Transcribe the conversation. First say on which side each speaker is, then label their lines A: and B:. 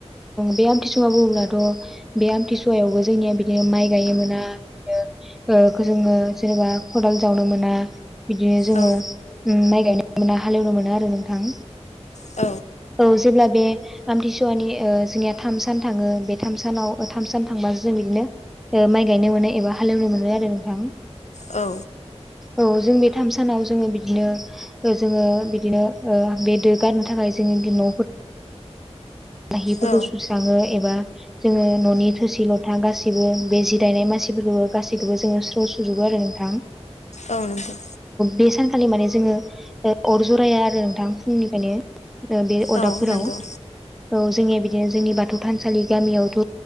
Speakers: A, in the centre; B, on the left.
A: बे आमथिसुवा बुङोब्लाथ बे आमथिसुवायावबो जोंनिया बिदिनो माइ गायोमोना बिदिनो जोंङो जेनेबा खदाल जावनो मोना बिदिनो जोंङो
B: औ
A: माइ गायनो मोना हालेवनो मोनो आरो नोंथां
B: औ
A: औ जेब्ला बे आमथिसुवानि जोंनिया थाम सान थाङो बे थाम सानाव थाम सान थांबाो जों बिदिनो माइ गायनो मोनो एबा हालेवनो मोनो आरो नोंथां
B: औ
A: औ जों बे थाम सानाव जोंङो बिदिनो जोंङो बिदिनो बे दो गारनो थाखाय जोंङो न' लो हफोरखौ
B: औ
A: सुस्राङो एबा जो ननि थ लथा गासिबो बे जिरायनाय मानसिफोरखौबो गैखौबो जोंङो स्र सुजुबो आरो नोंथां
B: औ नंगौ
A: बे स खालि माने जोङो अर जरायाया आरो नोंथां फुंनिफ्रायनो बे अदाबफोराव
B: औ नंगौ
A: औ जोंनिया बिदिनो जोंनि बाथौ बाथौ थानसालि गामियावथ'